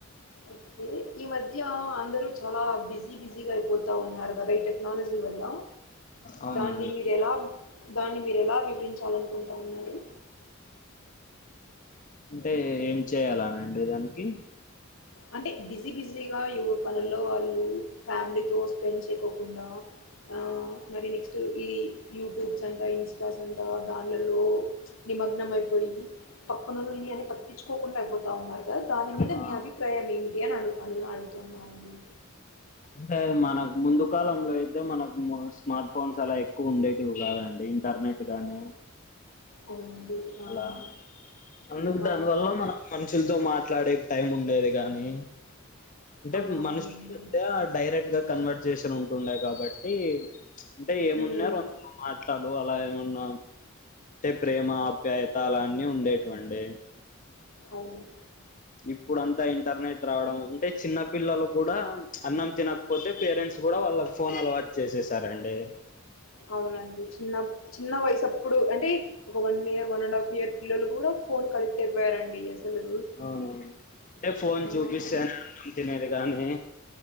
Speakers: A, on the left; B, on the left.
A: ఓకే ఈ మధ్య అందరూ చాలా బిజీ బిజీగా అయిపోతా ఉన్నారు కదా ఇట టెక్నాలజీ వల్ల
B: అవునండి
A: దాన్ని మీరు ఎలా దాన్ని మీరు ఎలా వివరించాలనుకుంటా ఉన్నారు
B: అంటే ఏం చేయాలనండి దానికి
A: అంటే బిజీ బిజీగా ఎవరి పనుల్లో వాళ్ళు ఫ్యామిలీతో స్పెండ్ చేయకోకుండా ఆ మరి నెక్స్ట్ ఈ యూట్యూబ్స్ అంట ఇన్స్టాస్ అంట దాన్లలో నిమగ్నం అయిపోయి పక్కనని అది పట్టించుకోకుండా అయిపోతా ఉన్నారు కదా దాని మీద
B: ఆ
A: మీ అభి అభిప్రాయం ఏమిటని అడుగు అడుగుతున్నామండి
B: అంటే మనకు ముందు కాలంలో అయితే మనకు స్మార్ట్ ఫోన్స్ అలా ఎక్కువ ఉండేటివి కాదండి ఇంటర్నెట్ గానీ
A: అవునండి. అవును.
B: అలా అందుకు
A: ఆ!
B: దానివల్ల మనం మనుషులతో మాట్లాడే టైం ఉండేది గానీ అంటే
A: ఆ!
B: మనుషులు
A: అవునండి.
B: డైరెక్ట్ గా కన్వర్ట్ చేసన్ ఉంటుండే కాబట్టి అంటే ఏమున్నారు
A: హ్మ్.
B: <unintelligible> అమ్మా అట్లాదు అలా ఏమన్నా అంటే ప్రేమ అప్యాయతా అలా అన్ని ఉండేటువండి
A: అవును
B: ఇప్పుడంతా ఇంటర్నెట్ రావడం అంటే చిన్న పిల్లలు కూడా అన్నం తినకపోతే పేరెంట్స్ కూడా వాళ్ళకి ఫోన్ అలవాటు చేససారండి
A: అవునండి చిన్న చిన్న వయసప్పుడు అంటే ఒక one year one and half year పిల్లలు కూడా ఫోన్కి అడిక్ట్ అయిపోయారండి అసలు
B: అవునవును అంటే ఫోన్
A: ఆ!
B: చూపిస్తాను అన్నం తినేది కాగానీ